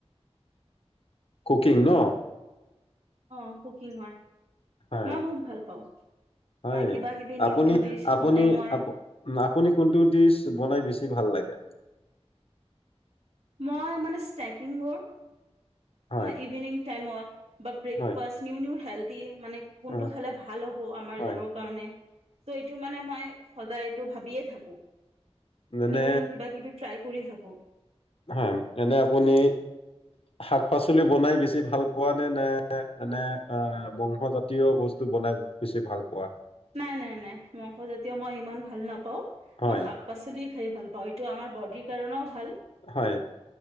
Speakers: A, on the left (about 60°); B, on the right (about 70°).
A: কুকিং ন
B: অঁ কুকিং হয়
A: হয়,
B: মই বহুত ভাল পাওঁ
A: হয়।
B: মই কিবা কিবি নিউ
A: আপুনি
B: নিউ ডিচ
A: আপুনি
B: মানে মই
A: আপু আপুনি কোনটো দিচ বনাই বেছি ভাল লাগে।
B: মই মানে ষ্টেকিং বোৰ
A: হয়
B: অ', ইভিনিং টাইমত বা ব্ৰেকফাষ্ট,
A: হয়
B: নিউ নিউ হেল্থ দিয়ে মানে কোনটো
A: অ
B: খালে ভাল হ'ব আমাৰ
A: হয়
B: দেহৰ কাৰণে ত' এইটো মানে মই সদায় এইটো ভাবিয়ে থাকো।
A: মানে
B: নিউ নিউ কিবা কিবি ট্ৰাই কৰি থাকো।
A: হয় এনে আপুনি শাক পাচলি বনাই বেছি ভাল পোৱা নে নে এনে অ', মাংস জাতীয় বস্তু বনাই বেছি ভাল পোৱা?
B: নাই নাই নাই মাংস জাতীয় মই ইমান ভাল নাপাও নাপাঁও
A: হয়
B: মই শাক পাচলি খাই ভাল পাওঁ এইটো আমাৰ বডিৰ কাৰণেও ভাল
A: হয়।